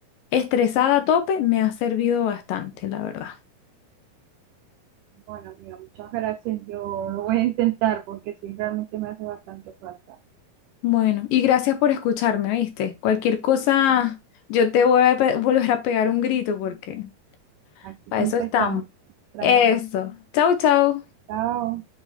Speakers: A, on the left; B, on the right.
A: estresada a tope, me ha servido bastante, la verdad.
B: Bueno, amiga, muchas gracias. Yo lo voy a intentar porque sí, realmente me hace bastante falta.
A: Bueno, y gracias por escucharme, ¿viste? Cualquier cosa, yo te voy a pe- volver a pegar un grito porque
B: Aquí
A: Para
B: siempre
A: eso estamos.
B: estamos. Tranqui.
A: Eso. Chau, chau.
B: Chao.